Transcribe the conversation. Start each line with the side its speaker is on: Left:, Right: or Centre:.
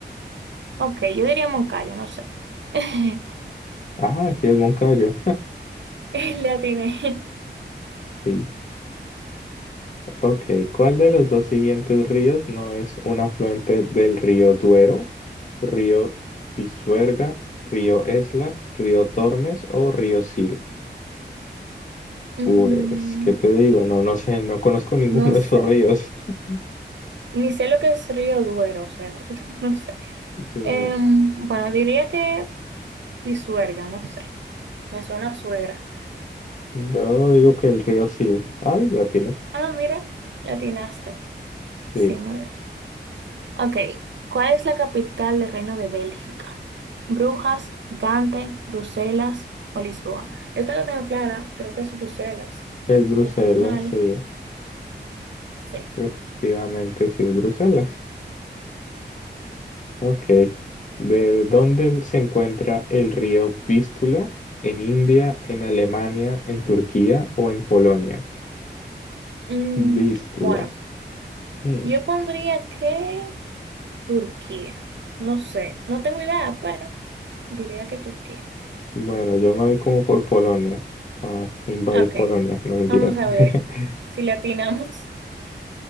Right: Ok, yo diría Moncayo, no sé. <laughs>
Left: Ah, sí, es Moncayo.
Right: Le atiné.
Left: Sí. Ok. ¿Cuál de los dos siguientes ríos no es un afluente del río Duero? ¿Río Pisuerga, río Esla, río Tormes o río Sil?
Right: Mm,
Left: Pues, ¿qué te digo? No, no sé, no conozco <laughs> ninguno
Right: no
Left: de
Right: sé.
Left: esos ríos. <laughs>
Right: Ni sé lo que es Río Duero, o sea, <laughs> no sé.
Left: Sí,
Right: Em,
Left: no.
Right: bueno, diría que Pisuerga, no sé. Me suena a suegra.
Left: Yo digo que el río Sil. Ay, la tiene.
Right: Ah, mira, le atinaste.
Left: Sí,
Right: Sí, muy bien. Ok, ¿cuál es la capital del Reino de Bélgica? Brujas, Gante, Bruselas o Lisboa. Esta la tengo clara, creo que es Bruselas.
Left: es Bruselas,
Right: si No estoy mal.
Left: sí,
Right: Sí.
Left: efectivamente sí es Bruselas. Ok. ¿De dónde se encuentra el río Vístula? ¿En India, en Alemania, en Turquía o en Polonia?
Right: Mm,
Left: Vístula.
Right: bueno,
Left: Hmm,
Right: yo pondría que Turquía. No sé, no tengo idea, pero diría que Turquía.
Left: Bueno, yo me voy como por Polonia. Ah, invadir
Right: Ok,
Left: Polonia, no mentiras.
Right: vamos a
Left: <laughs>
Right: ver si le atinamos.